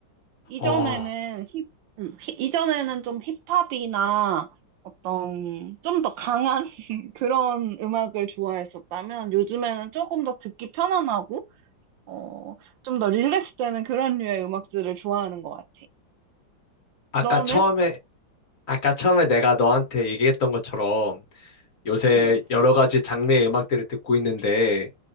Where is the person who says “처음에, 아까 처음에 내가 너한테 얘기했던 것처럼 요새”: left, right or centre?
Left